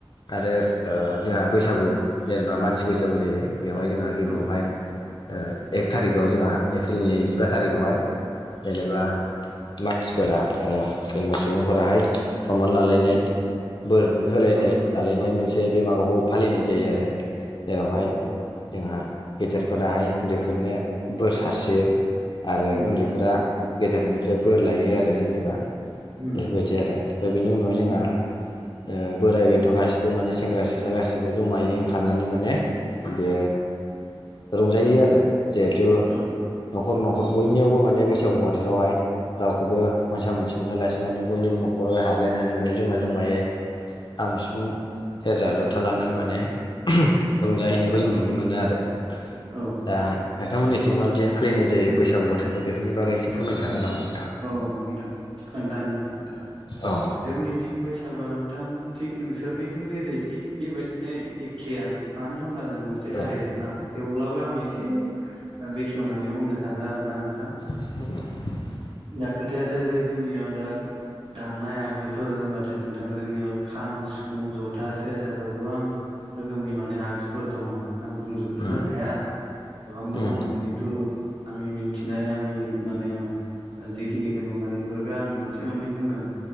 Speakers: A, on the left; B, on the right.
A: आरो ओ जोंहा बैसागु जेनेबा मानसि बैसागु जायो। बेवहाय जोंहा गिबियावहाय
B: औ
A: ओ एक थारिखाव जोंहा एप्रिलनि जिबा थारिखआवहाय जेनेबा
B: औ
A: मानसिफोरा ओ जेनेबा सुबुंफोराहाय सनमान लालायनाय
B: उम
A: बोर होलायनाय
B: औ
A: लालायनाय मोनसे बे माबाखौ फालिनाय जायो आरो। जेरावहाय
B: नंगौ
A: जोंहा गेदेर फोराहाय उन्दैफोरनो बोर सारस्रियो आरो
B: उम
A: उन्दैफोरा गेदेरफोरनिफ्राय बोर लायो आरो जेनेबा
B: उम
A: बेफोर बायदि आरो ओमफाय बेनि उनावहाय जोंहा
B: उम
A: ओ बोराइ बेन्थ' गासिबो माने सेंग्रा सिख्ला गासिबो जमायै ओंखारनानै माने बे रंजायो आरो जिहेथु
B: औ
A: न'खर न खर बयनियावबो माने बैसागु बोथोरावहाय रावखौबो मोनसा-मोनसि मोनालासे माने बयनिबो न'खराव हाबलायनानै माने जमा-जमायै खाम, सिफुं सेरजा, जथा लानानै माने <unintelligible> रंजाहैनायखौ जों नुनो मोनो आरो।
B: औ
A: दा नोंथांमोननिथिं माबायदि फालिनाय जायो बैसागु बोथोरखौ बेफोरनि बागै एसे फोरमायनो हागोन नामा नों
B: औ नोंथां खोनथानि नोंथां
A: औ
B: जोंनिथिं बैसागुया नोंथां थिग नोंसोरनिथिं जेरै थिग बेबायदिनो एखेयानो मानो होनबा जों मोनसे
A: औ
B: हारियानो
A: उम
B: नालाय थेवब्लाबो आं एसे ओ बेखेवनानै बुंनो सानो आरोना नोंथां।
A: <inaudible>
B: दा खोथाया जाहैबाय जोंनियाव दा दामनाय आगजुफोर होनबाथाय नोंथां जोंनियाव खाम सु- फुं, ज'था सेरजाफोर गोबां रोखोमनि माने आगजुफोर दङ' आं बुंजोबनोबो
A: उम
B: हाया गोबां दङ'
A: उम
B: खिनथु आंनि मिनथिनाय आंनि माने <unintelligible> ओ जिखिनिखो नुनाय बेफोरखो आङो मोनसे मोननै बुंगोन